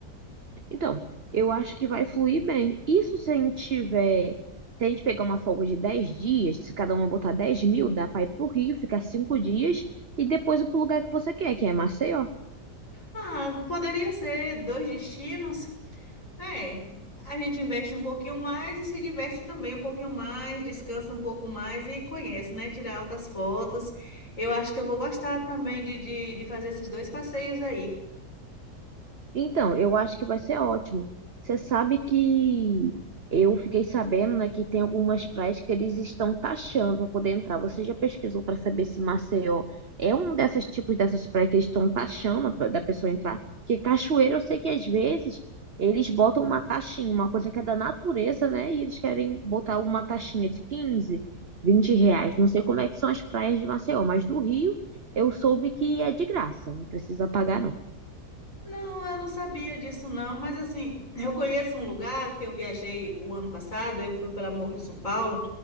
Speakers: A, on the right; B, on the left.
A: Então, eu acho que vai fluir bem. Isso se a gente tiver. Se a gente pegar uma folga de 10 dias, se cada uma botar 10 mil, dá pra ir pro Rio, ficar 5 dias e depois ir pro lugar que você quer, que é Maceió.
B: Ah, poderia ser dois destinos. É, a gente investe um pouquinho mais e se diverte também um pouquinho mais, descansa um pouco mais e conhece, né? Tirar altas fotos. Eu acho que eu vou gostar também de, de, de fazer esses dois passeios aí.
A: Então, eu acho que vai ser ótimo. Você sabe que eu fiquei sabendo, né, que tem algumas praias que eles estão taxando para poder entrar. Você já pesquisou para saber se Maceió é um desses tipos dessas praias que eles estão taxando da da pessoa entrar? Porque cachoeira, eu sei que às vezes eles botam uma taxinha, uma coisa que é da natureza, né? E eles querem botar uma taxinha de quinze, vinte reais. Não sei como é que são as praias de Maceió, mas do Rio eu soube que é de graça, não precisa pagar, não.
B: Não, eu não sabia disso não, mas assim, eu conheço um lugar que eu viajei o ano passado, eu fui para Morro de São Paulo,